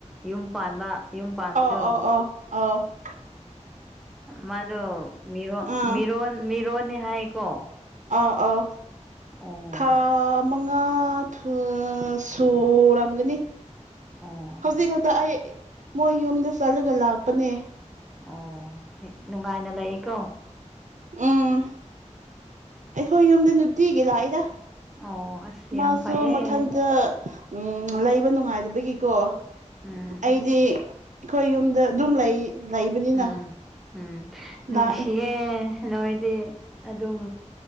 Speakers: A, in the centre; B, on the right.
A: ꯌꯨꯝ ꯄꯥꯟꯕ ꯌꯨꯝ ꯄꯥꯟꯕꯗꯣ
B: ꯑꯣ ꯑꯣ ꯑꯣ ꯑꯣ
A: ꯃꯥꯗꯣ ꯃꯤ
B: ꯑꯥ
A: ꯃꯤꯔꯣꯟ ꯃꯤꯔꯣꯟꯅꯤ ꯍꯥꯏꯀꯣ
B: ꯑꯥ ꯑꯥ
A: ꯑꯣ
B: ꯊꯥ ꯉꯥ ꯊꯨ ꯁꯨꯔꯝꯒꯅꯤ
A: ꯑꯣ
B: ꯍꯧꯖꯤꯛ ꯈꯛꯇ ꯑꯩ ꯃꯣꯏ ꯌꯨꯝꯗ ꯆꯠꯂꯒ ꯂꯥꯛꯄꯅꯦ
A: ꯑꯣ ꯅꯨꯡꯉꯥꯏꯅ ꯂꯩꯀꯣ
B: ꯎꯝ ꯑꯩꯈꯣꯏ ꯌꯨꯝꯗ ꯅꯨꯡꯇꯤꯒꯤ ꯂꯥꯛꯏꯗ
A: ꯑꯣ ꯑꯁ ꯌꯥꯝ
B: ꯃꯥꯁꯨ
A: ꯐꯩꯌꯦ
B: ꯃꯊꯟꯇ ꯎꯝ ꯂꯩꯕ ꯅꯨꯡꯉꯥꯏꯇꯕꯒꯤꯀꯣ
A: ꯎꯝ
B: ꯑꯩꯗꯤ
A: ꯑꯁ
B: ꯑꯩꯈꯣꯏ ꯌꯨꯝꯗ ꯑꯗꯨꯝ ꯂꯩ ꯂꯩꯕꯅꯤꯅ
A: ꯎꯝ ꯎꯝ ꯅꯨꯡꯁꯤꯌꯦ
B: ꯂꯥꯛꯑꯦ
A: ꯅꯣꯏꯗꯤ ꯑꯗꯨꯝ